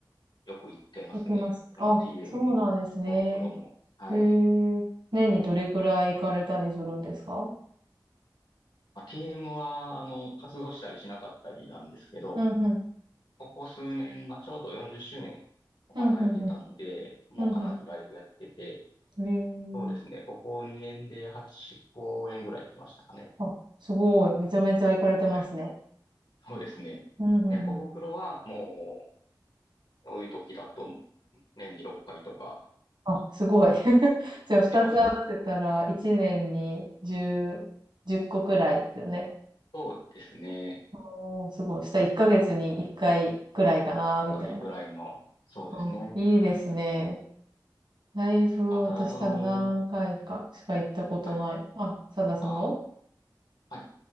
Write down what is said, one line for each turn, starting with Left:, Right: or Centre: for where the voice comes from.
Left: よく行ってますね。
Right: 行きます。
Left: あの、
Right: あ、
Left: TM
Right: そうなんですね。
Left: も、コブクロも。はい。
Right: へえ。年にどれくらい行かれたりするんですか
Left: まあ、TM は、あの、活動したりしなかったりなんですけど、
Right: うんうん。
Left: ここ数年がちょうど40周年をまた入れたので、
Right: うんうんうん。
Left: もうかなりライブやってて、
Right: うんうん。へえ。
Left: そうですね。ここ2年で8公演ぐらい来ましたかね。
Right: あ、すごい。めちゃめちゃ行かれてますね。
Left: はい。そうですね。
Right: うんうんうん。
Left: 猫袋はもう、そういう時だと年に6回とか
Right: あ、すごい。<laughs> じゃあ2つ合わせたら1年に10、
Left: 行ってます。
Right: 個くらいですよね。
Left: そうですね。
Right: おー、すごい。したら1ヶ月に1回くらいかな、
Left: 6回ぐらいの、
Right: みたいな。
Left: そうですね。
Right: あ、いいですね。ライブ、
Left: まあ、
Right: 私多分何回かしか行ったことない。
Left: ただその、はい。
Right: あ、サダさんの
Left: ああ、はい。